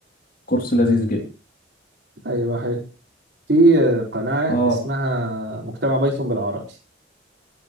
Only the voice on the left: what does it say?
كورس لذيذ جدا
اه